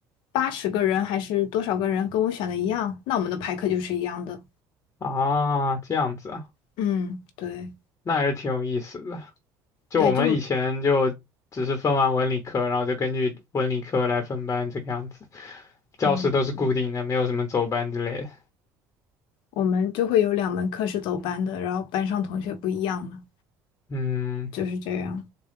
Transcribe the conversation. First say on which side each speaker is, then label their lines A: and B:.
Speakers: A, on the left; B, on the left.
A: 八十个人还是多少个人跟我选的一样，那我们的排课就是一样的。
B: 啊，这样子啊，
A: 嗯，对
B: 那还是挺有意思的。就我们以前就只是分完文理科，
A: 对，就
B: 然后就根据文理科来分班这个样子，教室都是固定的，
A: 嗯，
B: 没有什么走班之类的。
A: 我们就会有两门课是走班的，然后班上同学不一样嘛，
B: 嗯，
A: 就是这样。